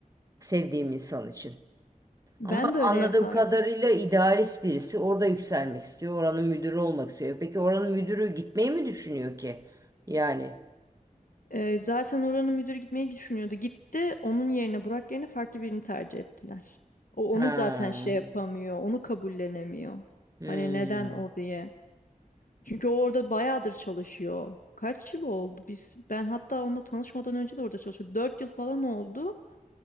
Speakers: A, on the right; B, on the left.
A: sevdiğim insan için.
B: Ben
A: Ama
B: de öyle
A: anladığım
B: yapardım.
A: kadarıyla idealist birisi orada yükselmek istiyor, oranın müdürü olmak istiyor. Peki oranın müdürü gitmeyi mi düşünüyor ki? Yani.
B: Ee, zaten oranın müdürü gitmeyi düşünüyordu. Gitti, onun yerine Burak yerine farklı birini tercih ettiler. O
A: Ha.
B: onu zaten şey yapamıyor, onu kabullenemiyor.
A: Hmm.
B: Hani neden o diye. Çünkü o orada bayağıdır çalışıyor. Kaç yıl oldu? Biz ben hatta onunla tanışmadan önce de orada çalışıyordu. Dört yıl falan oldu.